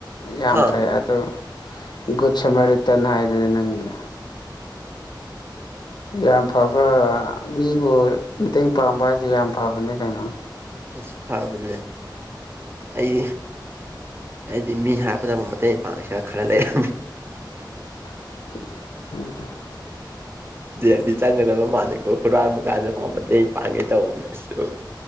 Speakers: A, on the left (about 65°); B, on the right (about 30°).
A: ꯌꯥꯝ
B: ꯑꯥ
A: ꯐꯩ ꯑꯗꯨ ꯨꯨꯞ ꯁꯃꯥꯏꯔꯤ ꯇꯥꯟ ꯍꯥꯏꯗꯨꯦ ꯅꯪꯒꯤ ꯌꯥꯝ ꯐꯕ ꯃꯤꯕꯨ ꯃꯇꯦꯡ ꯄꯥꯡꯕ ꯍꯥꯏꯁꯦ ꯌꯥꯝ ꯐꯕꯅꯦ ꯀꯩꯅꯣ
B: ꯑꯁ ꯐꯕꯅꯦ ꯑꯩ ꯑꯩꯗꯤ ꯃꯤ ꯍꯥꯞꯄꯗꯕ ꯃꯇꯦꯡ ꯄꯥꯡꯁꯤꯔ ꯈꯔ ꯂꯩꯔ
A: ꯎ
B: ꯑꯗꯨꯗꯤ ꯆꯪꯒꯗꯕ ꯃꯥꯥꯟꯅꯀꯣ ꯍꯨꯔꯥꯟꯕ ꯀꯥꯟꯗ ꯃꯇꯦꯡ ꯄꯥꯡꯒꯦ ꯇꯧꯕꯅꯁꯨ